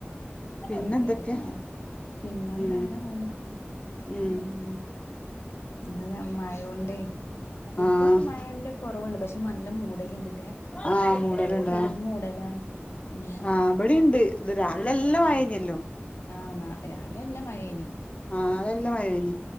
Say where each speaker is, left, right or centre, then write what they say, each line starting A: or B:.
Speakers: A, on the left; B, on the left.
A: പിന്നെന്തൊക്കെ?
B: എടുത്തിട്ടൊക്കെ വേണം പിന്നെന്താ
A: മ്
B: അങ്ങനെ പോണ്
A: മ്
B: ഉം ഇന്ന് മഴോണ്ട്
A: ആഹ്
B: ഇപ്പണ് മഴന്റെ കുറവുണ്ട്. പക്ഷെ മ നല്ല മൂടലുണ്ടില്ലേ
A: ആഹ് മൂടലുണ്ടാ
B: ഇവിടെ പെരും മൂടലാണ് ഉം
A: ആഹ് അവിടെയിണ്ട് ഇന്ന് രാവിലെ നല്ല മയ കഴിഞ്ഞ്
B: ആഹ് ന രാവിലെ അല്ല മഴയാനി
A: ആഹ് നല്ല മയ കഴിഞ്ഞ്